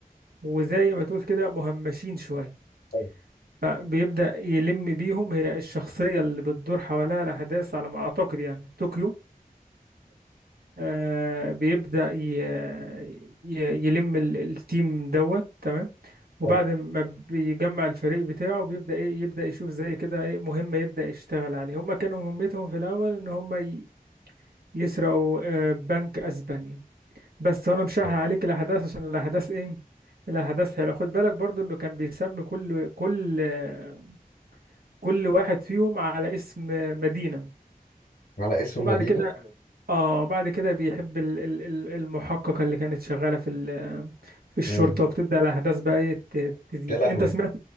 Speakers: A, on the right (about 85°); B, on the left (about 80°).
A: وزي ما تقول كده مهمشين شوية
B: حلو
A: فبيبدأ يلم بيهم هي الشخصية اللي بتدور حواليها الأحداث على ما أعتقد يعني طوكيو آه، بيبدأ ي... ي- يلم ال- التيم دوت تمام وبعد
B: حلو
A: ما بيجمع الفريق بتاعه بيبدأ ايه يبدأ يشوف زي كده ايه مهمة يبدأ يشتغل عليها هما كانوا مهمتهم في الأول ان هما ي- يسرقوا آه، بنك اسبانيا بس انا مش هحرق
B: حلو.
A: عليك الاحداث عشان الاحداث ايه الاحداث حلوه خد بالك برضو انه كان بيسمي كل كل آه، كل واحد فيهم على اسم مدينة
B: على اسم
A: وبعد
B: مدينة
A: كده اه بعد كده بيحب ال- ال- ال- المحققة اللي كانت شغالة في ال- في الشرطة
B: امم
A: وبتبدأ الأحداث بقى ايه ت- تزيد
B: يا لهوي
A: انت سمعت